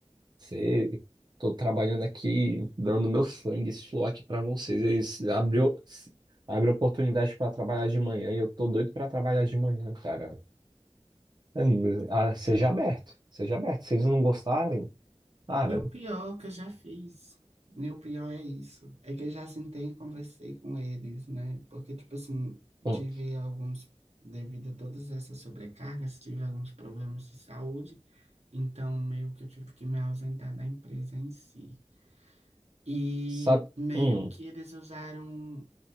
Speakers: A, on the right; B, on the right.
A: Você, tô trabalhando aqui, dando meu sangue, e suor aqui pra vocês. Eles abriu, abre oportunidade pra trabalhar de manhã e eu tô doido pra trabalhar de manhã, cara. É, mas, ah, seja aberto, seja aberto. Se eles não gostarem, cara,
B: E o pior que eu já fiz, e o pior é isso, é que eu já sentei e conversei com eles, né? Porque, tipo assim,
A: hum,
B: tive alguns, devido a todas essas sobrecargas, tive alguns problemas de saúde, então meio que eu tive que me ausentar da empresa em si. E
A: sabe,
B: meio
A: hum,
B: que eles usaram